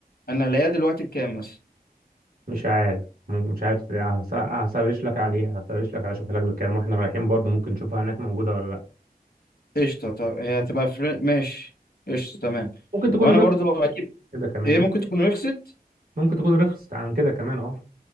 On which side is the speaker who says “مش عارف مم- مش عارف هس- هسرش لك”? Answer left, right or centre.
Right